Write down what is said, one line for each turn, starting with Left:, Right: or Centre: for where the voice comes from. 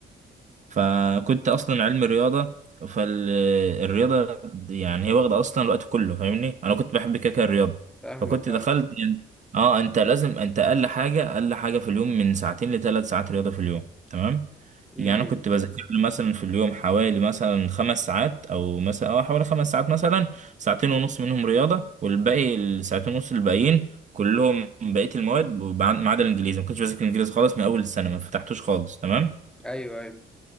Right: فكنت اصلا علم رياضه فالرياضه يعني هي واخده اصلا الوقت كله فاهمني انا كنت بحب كاكا الرياضه
Centre: فاهمك
Right: فكنت دخلت
Centre: اه
Right: يعني اه انت لازم انت اقل حاجه اقل حاجه في اليوم من ساعتين لثلاث ساعات رياضه في اليوم تمام يعني
Centre: امم
Right: انا كنت بذاكر لي مثلا في اليوم حوالي مثلا خمس ساعات او مثلا اه حوالي خمس ساعات مثلا ساعتين ونص منهم رياضه والباقي الساعتين ونص الباقيين كلهم بقيه المواد وبع- ما عدا الانجليزي ما كنتش بذاكر الانجليزي خالص من اول السنه ما فتحتوش خالص تمام
Centre: ايوه ايوه